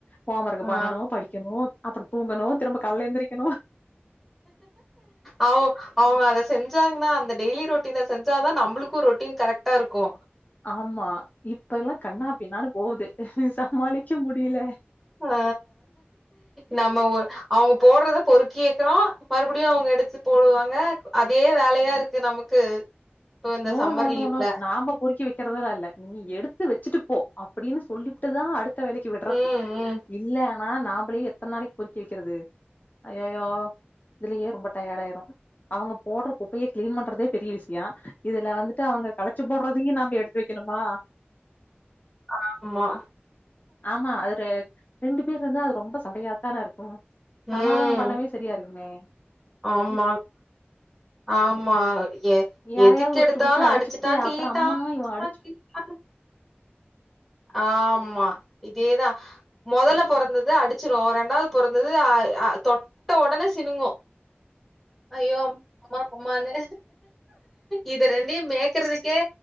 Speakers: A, on the left; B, in the centre.
A: ஹோமர்க் பண்ணணு
B: ஆ
A: படிக்கணு அப்றோ தூங்கணு திரும்ப கால்ல எந்திரிக்கணு
B: அவ அவங்க அத செஞ்சாங்கன்னா அந்த டெய்லி ரொட்டின செஞ்சாதா நம்மளுக்கு ரொட்டீன் கரெக்டா இருக்கு
A: ஆமா இப்ப எல்லா கண்ணா பின்னானு போகுது சமாளிக்க முடியல
B: அ நம்ம ஒ அவங்க போடுறத பொறுக்கியேக்குறோ மறுபடியு அவங்க எடுத்து போடுவாங்க அதே வேலையா இருக்கு நமக்கு இப்போ இந்த
A: no
B: summer
A: no
B: லீவ்ல
A: no no நாம பொறுக்கி வைக்கிறதல்லா இல்ல நீ எடுத்து வச்சுட்டு போ அப்டின்னு சொல்லிட்டு தா அடு அடுத்த வேலைக்கு விடுறது
B: ம் ம்
A: இல்லனா நாமளே எத்தன நாளைக்கு பொறுக்கி வைக்கிறது அய்யயோ இதுலயே ரொம்ப டயர்டாயிரு அவங்க போடுற குப்பைய க்ளீன் பண்றதே பெரிய விஷயோ இதுல வந்துட்டு அவங்க கழச்சு போடுறதயு நாம எடுத்து வைக்கணுமா
B: ஆமா
A: ஆமா அது ரெண்டு பேர் இருந்தா அது ரொம்ப சடையாதான இருக்கு சமாதான
B: ம்
A: பண்ணவே சரியா இருக்குமே
B: ஆமா
A: ம்,
B: ஆமா ஏ
A: யாரையாவது
B: எதுக்கு
A: ஒருத்தர்
B: எடுத்தாலு
A: புடிச்சு அடிச்சுப்புட்டு
B: அடிச்சுட்டா கிள்ளிட்டா
A: அப்புறோ அம்மா
B: அடிச்சட்டா
A: இவ அடிச்சு
B: கிள்ளிட்டானு ஆமா இதேதா முதல பொறந்தது அடிச்சிரு ரெண்டாவது பொறந்தது தொட்ட உடனே சினுங்கு ஐயோ அம்மா அம்மானு இத ரெண்டையு மேக்குறதுக்கே